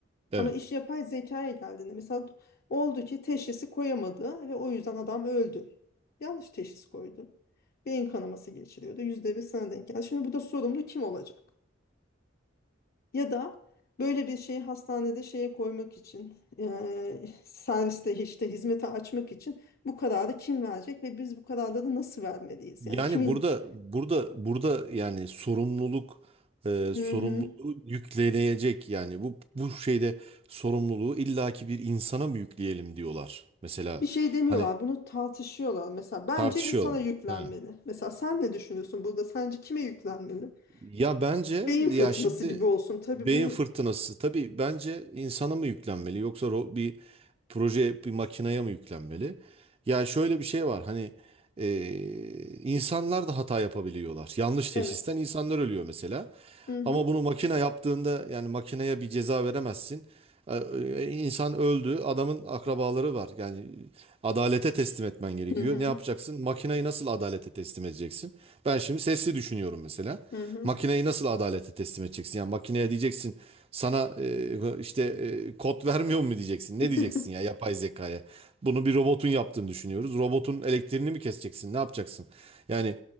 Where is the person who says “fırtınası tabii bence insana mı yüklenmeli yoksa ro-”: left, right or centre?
Right